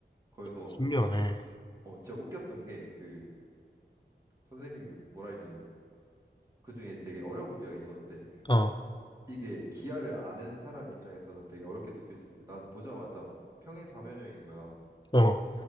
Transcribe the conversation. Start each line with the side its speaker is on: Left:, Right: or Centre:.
Right: 거기서
Left: 신기하네.
Right: 어, 진짜 웃겼던 게 그 선생님이 뭐라 했냐면 그중에 되게 어려운 문제가 있었는데
Left: 어,
Right: 이게 기하를 아는 사람 입장에서는 되게 어렵게 느껴지는데 난 보자마자 평행사변형인 거야.
Left: 어,